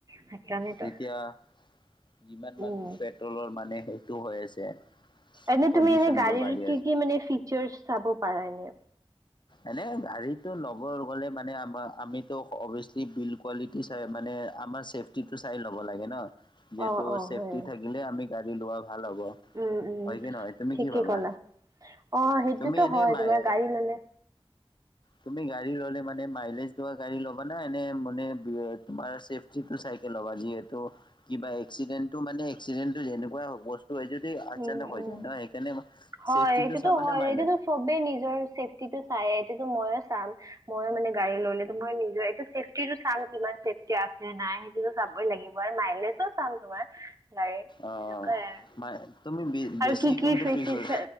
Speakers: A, on the right; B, on the left.
A: সেইকাৰণেতো
B: যেতিয়া যিমান মান
A: উম
B: পেট্ৰলৰ মানে সেইটো হৈ আছে
A: এনে
B: পলিউচনবোৰ
A: তুমি এনে গাড়ীৰ
B: বাঢ়ি
A: কি
B: আছে
A: কি মানে ফিচাৰ্চ চাব পাৰা এনে
B: এনে গাড়ীতটো ল'ব গ'লে মানে আমাৰ আমিতো অভিয়াচলি বিল্ড কোৱিটি কি চাই মানে আমাৰ চেফটি টো চাই ল'ব লাগে ন যিহেতু
A: অ
B: চছেফটি
A: অ হয়
B: থাকিলে আমি গাড়ী লোৱা ভাল হ'ব।
A: উম উম
B: হয় কি নহয় তুমি
A: ঠিকে
B: কি ভাবা?
A: কলা অ সেইটোতো
B: তুমি এনে
A: হয়
B: মাই
A: তোমাৰ গাড়ী ললে।
B: তুমি গাড়ী ললে মানে মাইলেজ দোৱা গাড়ী ল'ব না এনে মানে তোমাৰ যিটো চাইকেল হ'বা যিহেতু কিবা এক্সিডেণ্টটো মানে এক্সিডেন্টটো যেনেকুৱাইস্ত। ত যদি আচানক
A: উম
B: হৈ
A: উম
B: যায় ন সেইকাৰণে।
A: হয়
B: চেফটিটো
A: এইটোতো
B: চাবা
A: হয়
B: নে মাইলেজ
A: এইটো চবেই নিজৰ চেফটিটো চাই এইটোো ময়ো চাম। মই মানে গাড়ী ল'লে মই নিজৰ এইটো চেফটিটো চাম। কিমান চেফটি আছে নাই সেইটো চাবই লাগিব আৰু মাইলেজো চাম তোমাৰ। গাড়ীৰ
B: অ',
A: সেনেকুৱাই আৰু
B: ম তুমি
A: আৰু
B: বেছি
A: কি কি
B: কোনটো
A: ফেচিচ
B: প্ৰিফাৰ